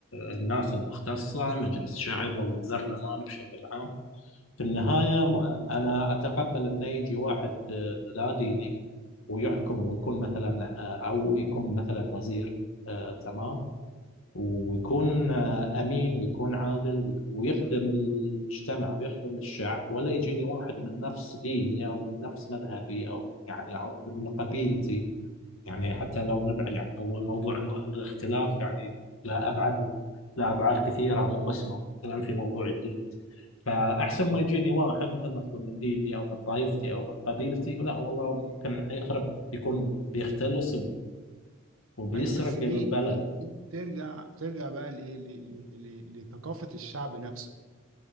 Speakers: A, on the left; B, on the right.
A: آه، الناس المختصة مجلس الشعب أو البرلمان بشكل عام في النهاية ما- أنا أتقبل أن يجي واحد آه، لا ديني ويحكم ويكون مثلا آه، أو يكون مثلا وزير آه، تمام ويكون آه، أمين ويكون عادل وي- ويخدم المجتمع ويخدم الشعب ولا يجيني واحد من نفس ديني أو من نفس مذهبي أو يعني أو من قبيلتي يعني حتى لو نبعد يعني هو موضوع ال- الاختلاف يعني لا أبعد لا أبعاد كثيرة مو بس مو- مثلا في موضوع الدين فأحسن ما يجيني واحد مثل ما تقول من ديني أو من طائفتي أو من قبيلتي لا والله ممكن حيخرب بيكون بيختلس وبيسرق
B: أيوه بس
A: البلد
B: دي دي دي بترجع بترجع بقى لإيه ل- ل- ل- لثقافة الشعب نفسه